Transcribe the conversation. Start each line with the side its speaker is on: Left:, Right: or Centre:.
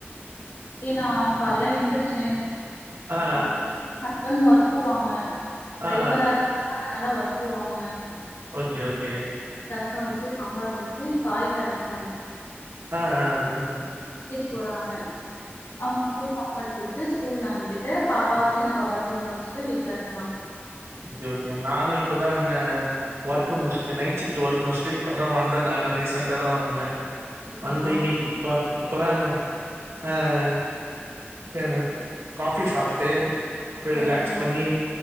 Left: ஏ நா கால எந்துருச்சே
Right: ஆ
Left: ஆஹம் ஹக் உடன் ஒர்க் போவாங்க டிரைவரா
Right: ஆ
Left: இருக்காங்க அதனால ஒர்க் போவாங்க
Right: ஓகே ஓகே
Left: ரசம் வச்சு சாம்பார் வச்சு காய் பேரட்நாங்க
Right: ஆஹ் ஆஹ் ஆஹ
Left: போறாங்க அவங்கொ சாப்பாடு கோ ட்டு ஸ்கூல் அனுப்பிட்டு பாப்பா சின்ன பாப்பா தூங்க வச்சுட்டு வீட்ல இருக்கேணா
Right: ஓகே ஓகே நானும் இப்பதான் என்ன ஒர்க் முடிச்சிட்டு நைட்ஷிப்ட் ஒர்க் முடிச்சிட்டு இப்பதான் வந்தேன் நானே ரீசன்டாதான் வந்தேன்
Left: ஓகேண்ணா
Right: அந்த இன்னைக்கு இப்ப இப்பதான் என்ன அஹ் தேவ காஃபி சாப்புட்டு அப்படியே
Left: சரிங்கண்ணா
Right: ரிலாக்ஸ் பண்ணி